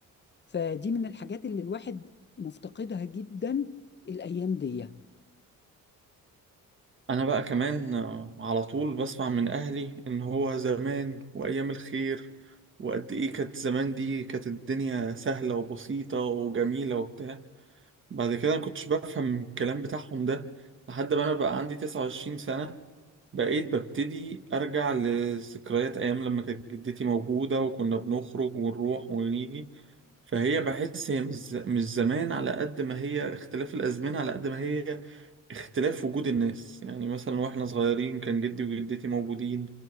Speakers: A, on the left; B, on the right.
A: فدي من الحاجات اللي الواحد مفتقدها جدا الايام دي
B: انا بقى كمان آه، على طول بسمع من اهلي ان هو زمان وايام الخير وقد ايه كانت زمان دي كانت الدنيا سهلة وبسيطة وجميلة وبتاع بعد كده ما كنتش بفهم الكلام بتاعهم ده لحد ما انا بقى عندي 29 سنة بقيت ببتدي أرجع لذكريات أيام لما كانت جدتي موجودة وكنا بنخرج ونروح ونيجي فهي بحس هي مش ز- مش زمان على قد ما هي اختلاف الأزمنة على قد ما هي اختلاف وجود الناس يعني مثلا واحنا صغيرين كان جدي وجدتي موجودين